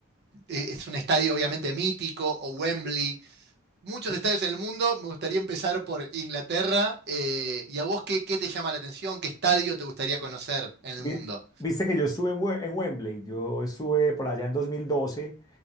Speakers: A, on the right; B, on the left.
A: Es es un estadio obviamente mítico, o Wembley muchos
B: Vi-
A: estadios en el mundo. Me gustaría empezar por Inglaterra. eh, ¿y a vos qué, qué te llama la atención? ¿Qué estadio te gustaría conocer en el
B: vi-
A: mundo?
B: Viste que yo estuve en, Wem- en Wembley. Yo estuve por allá en 2012